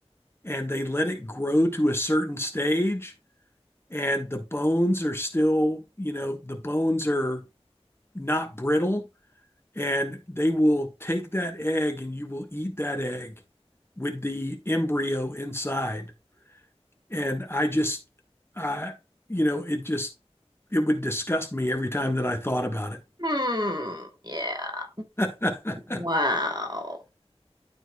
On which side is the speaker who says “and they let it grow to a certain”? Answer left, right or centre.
Left